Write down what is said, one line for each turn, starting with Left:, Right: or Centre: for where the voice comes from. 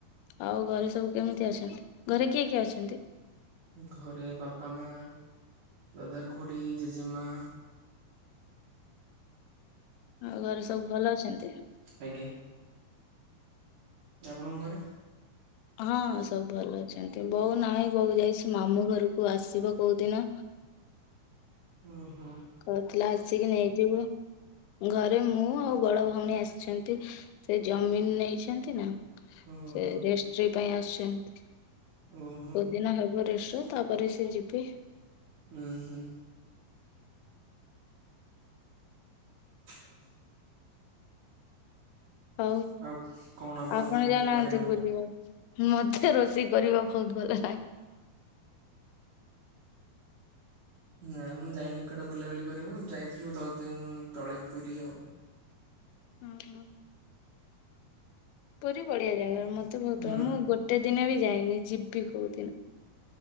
Left: ଆଉ ଘରେ ସବୁ କେମିତି ଅଛନ୍ତି ଘରେ କିଏ କିଏ ଅଛନ୍ତି?
Right: ଘରେ ବାପା ମା ଦାଦା ଖୁଡ଼ି ଜେଜେମା।
Left: ଆଉ ଘରେ ସବୁ ଭଲ ଅଛନ୍ତି?
Right: ଆଜ୍ଞା। ଆପଣଙ୍କ ଘରେ?
Left: ହଁ ସବୁ ଭଲ ଅଛନ୍ତି ବୋଉ ନାହିଁ ବୋଉ ଯାଇଛି ମାମୁଁ ଘରକୁ ଆସିବ କୋଉ ଦିନ।
Right: ହୁଁ ହୁଁ।
Left: କହୁଥିଲା ଆସିକି ନେଇଯିବୁ। ଘରେ ମୁଁ ଆଉ ବଡ ଭଉଣୀ ଆସିଛନ୍ତି ସେ ଜମିିନ୍ ନେଇଛନ୍ତି ନା।
Right: ଓହୋ
Left: ସେ ରେଷ୍ଟ୍ରି ପାଇଁ ଆସିଛନ୍ତି କୋଉଦିନ
Right: ଓହୋ
Left: ହେବ ରେଷ୍ଟ୍ରି? ତାପରେ ସେ ଯିବେ।
Right: ଉ ହୁଁ। <unintelligible>
Left: ହଉ
Right: ଆଉ କଣ ଆପଣଙ୍କୁ
Left: ଆପଣ ଯାଉନାହାନ୍ତି
Right: କରିବାକୁ
Left: ବୁଲିବାକୁ? ମତେ ରୋଷେଇ କରିବା ବହୁତ୍ ଭଲ ଲା
Right: ନା ମୁଁ ଯାଇନି କୁଆଡେ ବୁଲାବୁଲି କରିବା ଯାଇଥିଲୁ ଦଶ ଦିନି ତଳେ ପୁରୀ ଆଉ।
Left: ଉଁ ହୁଁ। ପୁରୀ ବଢିଆ ଜାଗା ମତେ ବହୁତ୍
Right: ହୁଁ।
Left: ଭ ମୁଁ ଗୋ ଟେ ଦିନ ବି ଯାଇନି ଯିବି କୋଉ ଦିନ